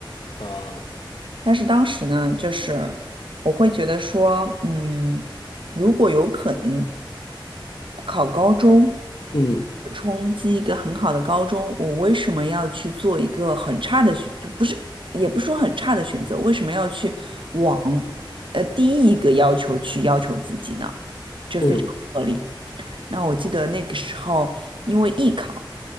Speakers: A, on the left; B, on the right.
A: 啊，
B: 但是当时呢，就是我会觉得说，嗯，如果有可能考高中，
A: 嗯
B: 冲击一个很好的高中，我为什么要去做一个很差的选，就不是，也不是说很差的选择，为什么要去往呃第一个要求去要求自己呢？这非常不合理。
A: 嗯，
B: 那我记得那个时候，因为艺考